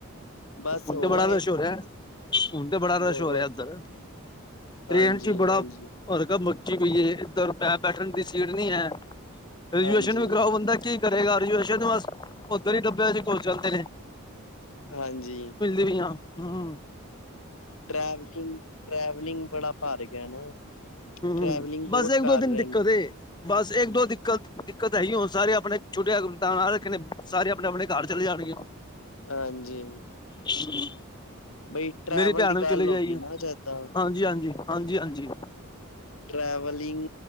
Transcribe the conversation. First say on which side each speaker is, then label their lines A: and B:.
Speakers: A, on the left; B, on the left.
A: ਬਸ
B: ਹੁਣ
A: ਹੋ
B: ਤੇ ਬੜਾ
A: ਆਏ
B: ਮਸ਼ਹੂਰ ਹੈ, ਹੁਣ ਤੇ ਬੜਾ ਰਛ
A: ਬਹੁਤ
B: ਹੋ ਰਿਹਾ ਉੱਧਰ। ਟ੍ਰੇਨ
A: ਹਾਂਜੀ
B: ਚ ਬੜਾ,
A: ਹਾਂਜੀ
B: ਫਰਕ ਆ ਸੱਚੀ ਕਹੀਏ ਇੱਧਰ ਮੈਂ ਬੈਠਣ ਦੀ ਸੀਟ ਨਹੀਂ ਹੈ, ਰਜੂਏਸ਼ਨ
A: ਹਾਂਜੀ
B: ਵੀ ਕਰਾਓ ਬੰਦਾ ਕੀ ਕਰੇਗਾ ਰਜੂਏਸਨ ਤੇ ਬਸ, ਉੱਧਰ ਹੀ ਡੱਬਿਆ ਕੁਚਲਤੇ ਨੇ।
A: ਹਾਂਜੀ
B: ਵੀ ਹਾ ਹਾਂ
A: ਟਰੈਕਿੰਗ, ਟਰੈਵਲਿੰਗ ਬੜਾ ਭਰ ਗਿਆ ਨਾ।
B: ਹੂ
A: ਟਰੈਵਲਿੰਗ ਬਹੁਤ
B: ਬੱਸ ਇੱਕ-ਦੋ
A: ਕਰ
B: ਦਿਨ
A: ਰਹੇ
B: ਦਿੱਕਤ
A: ਨੇ
B: ਏ। ਬਸ ਇੱਕ ਦੋ ਦਿੱਕਤ ਦਿੱਕਤ ਹੈ ਹੀ ਹੋਣ ਸਾਰੇ ਆਪਣੇ ਛੋਟੇ ਰੱਖ ਸਾਰੇ ਆਪਣੇ ਆਪਣੇ ਘਰ ਚਲੇ ਜਾਣ ਗੇ
A: ਹਾਂਜੀ।
B: <inaudible>
A: ਬਈ ਟਰੈਵਲ
B: ਮੇਰੀ ਭੈਣ
A: ਦੀ
B: ਵੀ
A: ਗੱਲ
B: ਚਲੇ ਜਾਗੀ
A: ਹੋ ਗਈ
B: ਆ
A: ਨਾ ਜਿੱਦਾਂ
B: ਹਾਂਜੀ, ਹਾਂਜੀ, ਹਾਂਜੀ, ਹਾਂਜੀ।
A: ਟਰੈਵਲਿੰਗ